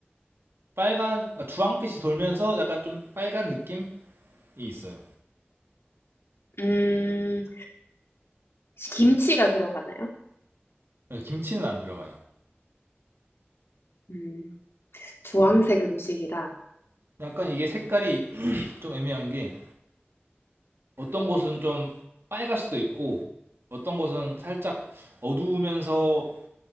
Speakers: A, on the right (about 70°); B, on the left (about 75°).
A: 빨간, 그러니까 주황빛이 돌면서 약간 좀 빨간 느낌이 있어요.
B: 음, 혹시 김치가 들어가나요?
A: 네, 김치는 안 들어가요.
B: 음, 주황색 음식이라,
A: 약간 이게 색깔이 좀 애매한 게 어떤 곳은 좀 빨갈 수도 있고 어떤 곳은 살짝 어두우면서